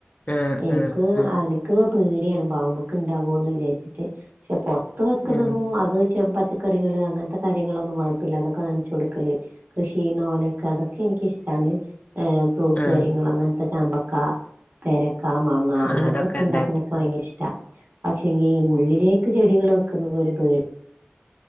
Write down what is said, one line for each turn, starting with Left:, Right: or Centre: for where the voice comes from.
Left: ആ
Right: എനിക്ക്അന്
Left: ആ ആ
Right: ക്ക്ങ്ങ ‌ പേട്യാണ് പാമ്പൊക്കെ ണ്ടാവോ ന്ന് വിചാരിച്ചിട്ട് ക്ഷെ പൊർത്ത് വെക്കുന്നതും
Left: ആ
Right: അത് ച്ച പച് ക്കറികള് അങ്ങൻത്തെ കാര്യങ്ങളൊന്നും കുഴപ്പല്ലാതെ ക്കെ നൻച്ചൊടുക്കല് കൃഷി ചെയുന്ന പോലെയക്കെ അതൊക്കെ എനിക്കിഷ്ടാണ് ഏഹ്‌ ഫ്രൂട്ട്സ്
Left: ആ
Right: കാര്യങ്ങളങ്ങൻത്തെ ചാമ്പക്ക പേരക്ക മാങ്ങ
Left: ആ
Right: അങ്ങൻത്തൊക്കെ
Left: അതൊക്കെ ഉണ്ടാക്കി
Right: ഉണ്ടാക്ക്ന്നൊക്കെ ഭയങ്കര
Left: ആ
Right: ഇഷ്ട പക്ഷെങ്കി ഉള്ളിലേക്ക് ചെടികള് വെക്കുന്നുന്നത് ഒരു പേടി